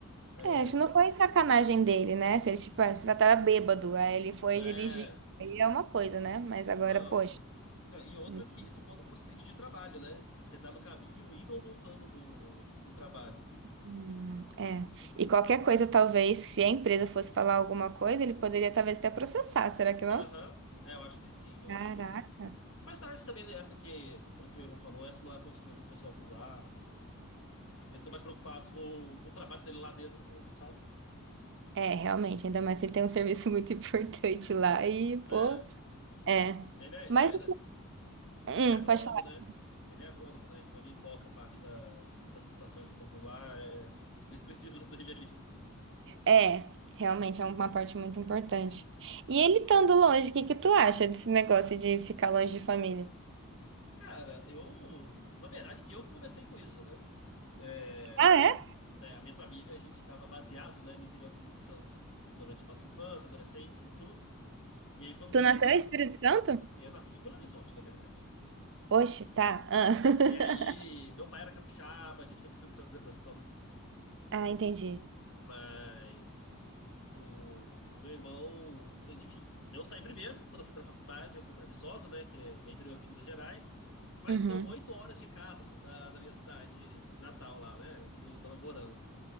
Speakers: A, on the left; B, on the right.
A: É.
B: É, acho que não foi sacanagem dele, né? Se ele, tipo, ah, se já tava bêbado, aí ele foi
A: É.
B: dirigir. Aí é uma coisa, né? Mas agora,
A: Não.
B: poxa.
A: Não, e outra
B: hum,
A: que isso conta como acidente de trabalho, né? Você tá no caminho indo ou voltando do, do trabalho.
B: hum, é. E qualquer coisa, talvez, se a empresa fosse falar alguma coisa, ele poderia talvez até processar, será que não?
A: Aham. É, eu acho que sim, eu
B: Caraca.
A: acho que sim. Mas parece também essa que, pelo que meu irmão falou, essa não é a postura do pessoal por lá. Então, eles estão mais preocupados com, com o trabalho dele lá dentro mesmo, sabe?
B: É, realmente, ainda mais se ele tem um serviço muito <laughs> importante lá e, pô,
A: É,
B: é.
A: ele é,
B: Mas,
A: é, né?
B: hum,
A: ele é agrônomo,
B: pode falar.
A: né? Ele é agrônomo, né? Então ele toca parte da, das plantações que estão por lá. é, eles precisam <laughs> dele ali.
B: É, realmente é uma parte muito importante. E ele estando longe, o que que tu acha desse negócio de ficar longe de família?
A: Cara, eu. Na verdade, que eu que comecei com isso, né? É,
B: Ah,
A: né, a minha família, a gente estava baseado, né, no interior do Espírito Santo durante a nossa infância, adolescência e tudo. E aí, quando
B: Tu
A: foi
B: nasceu
A: pra ir pra.
B: em
A: fa-
B: Espírito Santo?
A: Eu nasci em Belo Horizonte, na verdade.
B: Oxe, tá. Ah, <laughs>
A: E aí, meu pai era capixaba, a gente foi pro Espírito Santo depois por causa disso.
B: Ah, entendi.
A: Mas. O, o meu irmão, enfim, eu saí primeiro, quando eu fui para a faculdade, eu fui para Viçosa, né, que é interior de Minas Gerais, mas
B: Uhum.
A: são oito horas de carro da, da minha cidade natal lá, né, onde eu tava morando.